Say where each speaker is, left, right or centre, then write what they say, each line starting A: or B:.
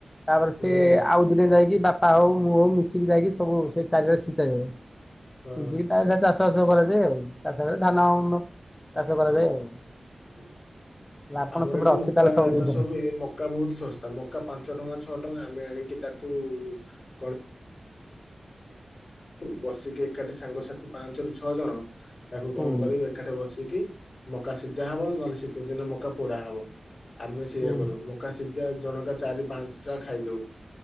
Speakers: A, on the left; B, on the left.
A: ତାପରେ
B: ହୁଁ
A: ସେ ଆଉ ଦିନେ ଯାଇକି ବାପା ହଉ ମୁଁ ହଉ ମିଶିକି ଯାଇକି ସବୁ ସେ ଚାରିଆଡେ ଛିଞ୍ଚା ଯାଏ।
B: ହଁ
A: ଛିଞ୍ଚିକି ତା ଦିହରେ ଚାଷ ବାଷ କରାଯଏ ଆଉ ତା ଥାରେ ଧାନ ଅମ ଚାଷ କରାଯାଏ ଆଉ।
B: ହୁଁ।
A: ଆପଣ
B: ଆମର
A: ସେପଟେ
B: ଏଠି
A: ଅଛି
B: ମକା
A: ତାହେଲେ ସବୁ ଜିନିଷ
B: ଚାଷ ହୁଏ। ମକା ବହୁତ ଶସ୍ତା। ମକା ପାଞ୍ଚ ଟଙ୍କା ଛ ଛଅ ଟଙ୍କା ଆମେ ଆଣିକି ତାକୁ କଣ ବସିକି ଏକାଠି ସାଙ୍ଗସାଥି ପାଞ୍ଚ ରୁ ଛଅ ଜଣ ତାକୁ
A: ହୁଁ
B: କଣ କରିବୁ ଏକାଠି ବସିକି ମକା ସିଜା ହବ ନହେଲେ ଶୀତ ଦିନେ ମକା ପୋଡା ହବ। ଆମେ ସେଇୟା
A: ହୁଁ
B: କରୁ ମକା ସିଜା ଜଣକା ଚାରି ପାଞ୍ଚ ଟା ଖାଇଦଉ।